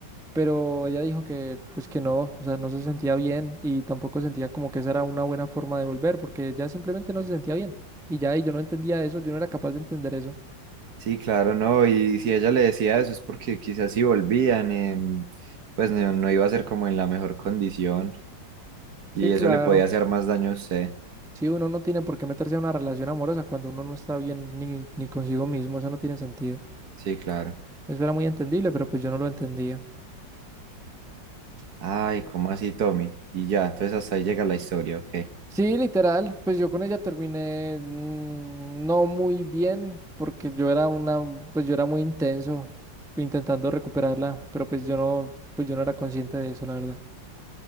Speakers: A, in the centre; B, on the right (about 60°).
A: pero ella dijo que, pues que no, o sea, no se sentía bien y tampoco sentía como que esa era una buena forma de volver, porque ella simplemente no se sentía bien. Y ya, y yo no entendía eso, yo no era capaz de entender eso.
B: Sí, claro, no, y si ella le decía eso es porque quizás si volvían, em, pues no, no iba a ser como en la mejor condición
A: Sí,
B: y
A: claro.
B: eso le podía hacer más daño a usted.
A: Sí, uno no tiene por qué meterse a una relación amorosa cuando uno no está bien ni, ni consigo mismo, eso no tiene sentido.
B: Sí, claro.
A: Eso era muy entendible, pero pues yo no lo entendía.
B: Ay, ¿cómo así, Tommy? Y ya, entonces hasta ahí llega la historia, ok.
A: Sí, literal, pues yo con ella terminé mm, no muy bien porque yo era una, pues yo era muy intenso intentando recuperarla, pero pues yo no, pues yo no era consciente de eso, la verdad.